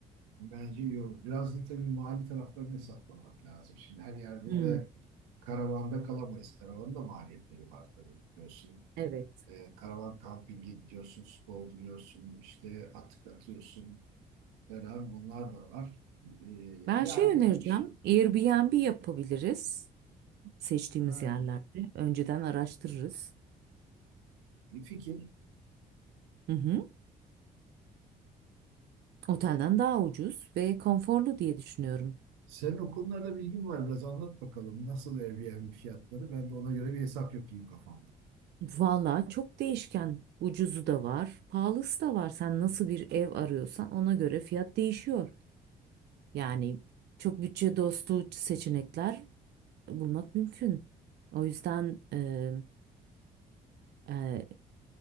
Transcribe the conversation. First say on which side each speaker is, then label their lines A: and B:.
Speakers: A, on the right; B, on the right.
A: Bence iyi olur. Biraz da tabii mali taraflarını hesaplamak lazım. Şimdi her yerde
B: Hmm,
A: de karavanda kalamayız. Karavanın da maliyetleri var tabii biliyorsun.
B: evet.
A: E, karavan kampinge gidiyorsun, su dolduruyorsun, işte atık atıyorsun, Beraber onlar da var. Ee,
B: Ben
A: yani
B: şey önereceğim.
A: şimdi
B: Airbnb yapabiliriz seçtiğimiz
A: ha,
B: yerlerde. Önceden araştırırız.
A: fikir.
B: Hı hı. Otelden daha ucuz ve konforlu diye düşünüyorum.
A: Senin o konularda bilgin var. Biraz anlat bakalım. Nasıl Airbnb fiyatları? Ben de ona göre bir hesap yapayım kafamda.
B: Valla çok değişken. Ucuzu da var, pahalısı da var. Sen nasıl bir ev arıyorsan ona göre fiyat değişiyor. Yani çok bütçe dostu seçenekler bulmak mümkün. O yüzden e, e,